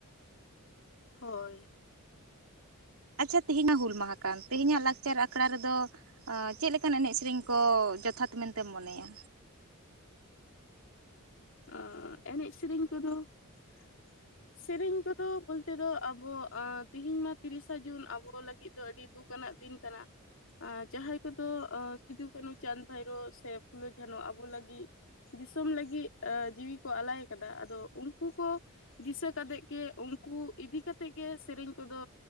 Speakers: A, on the left (about 60°); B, on the right (about 75°).
A: ᱦᱳᱭ
B: ᱟᱪᱪᱷᱟ ᱛᱮᱦᱮᱧᱟᱜ ᱦᱩᱞ ᱢᱟᱦᱟ ᱠᱟᱱ ᱛᱮᱦᱮᱧᱟᱜ ᱞᱟᱠᱪᱟᱨ ᱟᱠᱷᱲᱟ ᱨᱮᱫᱚ ᱪᱮᱫᱞ ᱞᱮᱠᱟᱱ ᱮᱱᱮᱡ ᱥᱮᱨᱮᱧ ᱠᱚ ᱡᱚᱛᱷᱟᱛ ᱢᱮᱱᱛᱮᱢ ᱢᱚᱱᱮᱭᱟ
A: ᱚ ᱮᱱᱮᱡ ᱥᱮᱨᱮᱧ ᱠᱚᱫᱚ <inaudible> ᱥᱮᱨᱮᱧ ᱠᱚᱫᱚ ᱵᱚᱞᱛᱮ ᱫᱚ ᱟᱵᱚ ᱛᱤᱦᱤᱧ ᱢᱟ ᱛᱤᱨᱤᱥᱟ ᱡᱩᱱ ᱟᱵᱚ ᱞᱟᱹᱜᱤᱫ ᱫᱚ ᱟᱹᱰᱤ ᱫᱩᱠ ᱚᱱᱠᱟᱱᱟᱜ ᱫᱤᱱ ᱠᱟᱱᱟ ᱟᱨ ᱡᱟᱦᱟᱸᱭ ᱠᱚᱫᱚ ᱥᱤᱫᱩ ᱠᱟᱹᱱᱩ ᱪᱟᱸᱫᱽ ᱵᱷᱟᱭᱨᱳ ᱥᱮ ᱯᱷᱩᱞᱳ ᱡᱷᱟᱱᱚ ᱟᱵᱚ ᱞᱟᱹᱜᱤᱫ ᱫᱤᱥᱚᱢ ᱞᱟᱹᱜᱤᱫ ᱡᱤᱣᱤ ᱠᱚ ᱟᱞᱟᱭ ᱟᱠᱟᱫᱟ ᱟᱫᱚ ᱩᱱᱠᱩ ᱠᱚ ᱫᱤᱥᱟᱹ ᱠᱟᱛᱮᱜ ᱜᱮ ᱩᱱᱠᱩ ᱤᱫᱤ ᱠᱟᱛᱮᱫ ᱜᱮ ᱥᱮᱨᱮᱧ ᱠᱚᱫᱚ